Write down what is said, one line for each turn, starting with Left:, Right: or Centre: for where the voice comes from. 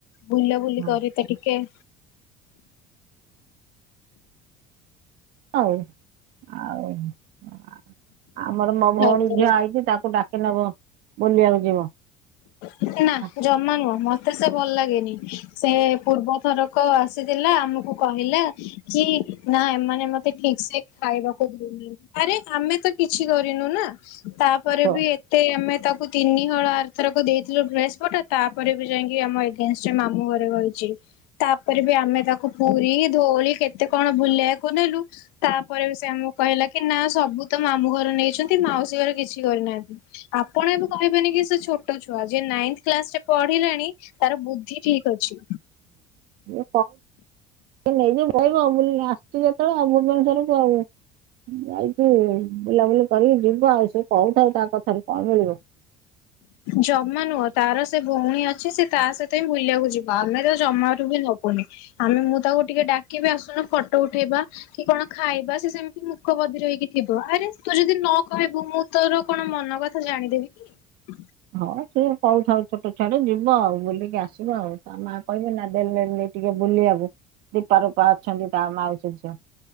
Left: ବୁଲାବୁଲି
Right: ହଁ
Left: କରିତେ ଟିକିଏ।
Right: ଆଉ ଆଉ ଆ। ଆମର ମୋ ଭଉଣୀ
Left: ଭଲ
Right: ଝିଅ ଆଇଚି ତାକୁ ଡାକିନବ ବୁଲିବାକୁ ଯିବ।
Left: ମତେନା
Right: ଆ,
Left: ଜମା ନୁହଁ ମତେ ସେ ଭଲଲାଗେନି ସେ ପୂର୍ବ ଥରକ ଆସିଥିଲା ଆମକୁ କହିଲା କି ନା ଏମାନେ ମତେ ଠିକ ସେ ଖାଇବାକୁ ଦଉ ହୁଁ ଆରେ ଆମେତ କିଛି କରିନୁନା ତାପରେବି
Right: ତ-
Left: ଏତେ ଆମେ ତାକୁ ତିନିହଳ ଆରଥରକୁ ଦେଇଥିଲୁ ଡ୍ରେସ ପଟା ତାପରେବି ଯାଇଁକି ଆମ ଏ ଏଇନା ସିଏ ମାମୁଁ ଘରେ କହିଛି। ତାପରେବି ଆମେ ତାକୁ ପୁରୀ ଧୋଉଳି କେତେ କଣ ବୁଲେଇବାକୁ ନେଲୁ? ତାପରେବି ସେ ଆମକୁ କହିଲାକି ନାସବୁତ ମାମୁଁ ଘର ନେଇଛନ୍ତି ମାଉସୀ ଘରେ କିଛି କରିନାହାନ୍ତି। ଆପଣ ଏବେ କହିବେନିକି ସେ ଛୋଟଛୁଆ ଯେ ନାଇନ କ୍ଲାସରେ ପଢିଲାଣି। ତାର ବୁଦ୍ଧି ଠିକଅଛି।
Right: ହଁ କ ନେଇକି ପଳେଇବ ବୋଲି ଆସ ସିଏ ଯେତେବେଳେ ଆଉ ଭୁବନେଶ୍ୱଵରକୁ ଆଉ ଯାଇଛିି ବୁଲାବୁଲି କରିକି ଯିବ ଆଉ ସେ କହୁଥାଉ ତାକଥାରେ କଣ ମିଳିବ?
Left: ଜମା ନୁହଁ ତାର ସେ ଭଉଣୀ ଅଛି ସେ ତା ସହିତହିଁ ବୁଲିବାକୁ ଯିବ। ଆମେତ ଜମାରୁବି ନବୁନି ଆମେ ମୁଁ ତାକୁ ଟିକିଏ ଡାକିବି ଆସୁନୁ ଫଟୋ ଉଠେଇବା। କି କଣ ଖାଇବା ସେ ସେମତି ମୁକ ବଧିର ହେଇକି ଥିବ ଆରେ ତୁ ଯଦି ନକହିବୁ ମୁଁ ତୋର କଣ ମନକଥା ଜାଣିଦେବିକି।
Right: ହଁ ସେ କହୁଥାଉ ଛୋଟ ଛୁଆଟେ ଯିବ ଆଉ ବୁଲିକି ଆସିବ ଆଉ। ତା ମା କହିବେନି ନା ଦେଲେନି ଟିକିଏ ବୁଲିବାକୁ। ଦୀପା ରୂପା ଅଛନ୍ତି ତା ମାଉସୀ ଝିଅ